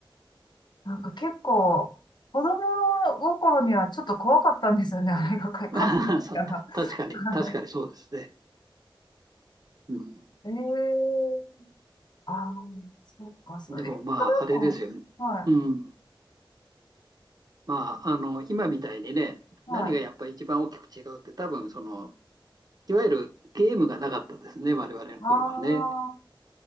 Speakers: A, on the left; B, on the right.
A: なんか結構、子供心にはちょっと怖かったんですよね。あれが仮仮面ライダーが。
B: <laughs> さた確かに、
A: は
B: 確かにそうですね。うん、
A: いええー。ああ、そうか、そう。
B: でもまあ、
A: えルトラマン。
B: あれですよね。
A: はい。
B: うん。まあ、あの、今みたいにね、
A: はい。
B: 何がやっぱり一番大きく違うって多分、その、いわゆるゲームがなかったですね、我々の頃はね。
A: あ